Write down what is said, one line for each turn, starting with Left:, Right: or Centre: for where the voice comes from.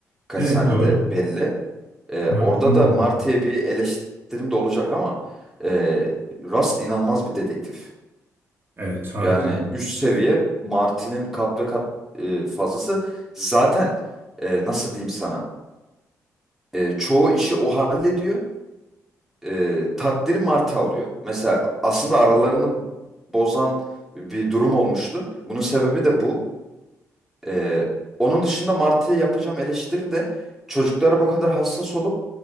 Centre: Kaç
Right: Evet
Centre: sahnede
Right: doğru.
Centre: belli. E,
Right: Martin'in
Centre: orada da
Right: de
Centre: Marty'ye
Right: anladı.
Centre: bir eleştirim de olacak ama e, Rust inanılmaz bir dedektif.
Right: Evet harbiden
Centre: Yani
Right: de.
Centre: üst seviye Marty'nin kat ve kat e, fazlası. Zaten e, nasıl diyeyim sana? E, çoğu işi o hallediyor. E, takdiri Marty alıyor. Mesela aslında aralarını bozan bir durum olmuştu. Bunun sebebi de bu. Ee, onun dışında Martı'ya yapacağım eleştiri de çocuklara bu kadar hassas olup